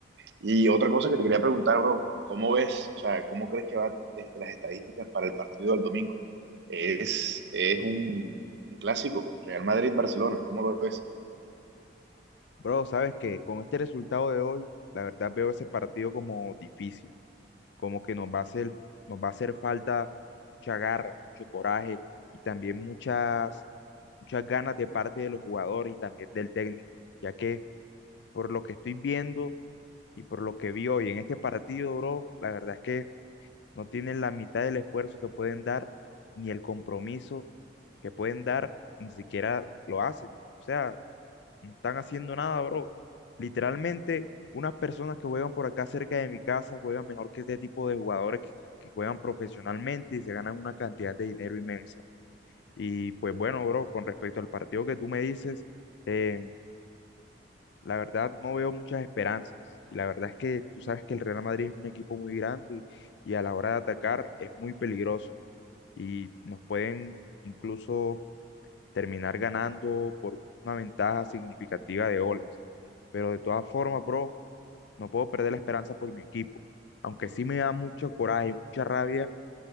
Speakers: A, on the right; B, on the left.
A: Y otra cosa que te quería preguntar, bro, ¿cómo ves, o sea, cómo crees que va este, las estadísticas para el partido del domingo? Es, es un, un clásico, Real Madrid-Barcelona, ¿cómo lo ves?
B: Bro, sabes que con este resultado de hoy, la verdad veo ese partido como difícil, como que nos va a hacer, nos va a hacer falta mucha garra, mucho coraje y también muchas, muchas ganas de parte de los jugadores y también del técnico, ya que por lo que estoy viendo y por lo que vi hoy en este partido, bro, la verdad es que no tienen la mitad del esfuerzo que pueden dar, ni el compromiso que pueden dar, ni siquiera lo hacen. O sea, no están haciendo nada, bro. Literalmente, unas personas que juegan por acá cerca de mi casa juegan mejor que este tipo de jugadores que, que juegan profesionalmente y se ganan una cantidad de dinero inmensa. Y pues bueno, bro, con respecto al partido que tú me dices, eh, la verdad no veo muchas esperanzas. Y la verdad es que tú sabes que el Real Madrid es un equipo muy grande y a la hora de atacar es muy peligroso. Y nos pueden incluso terminar ganando por una ventaja significativa de goles. Pero de todas formas, bro, no puedo perder la esperanza por mi equipo. Aunque sí me da mucho coraje y mucha rabia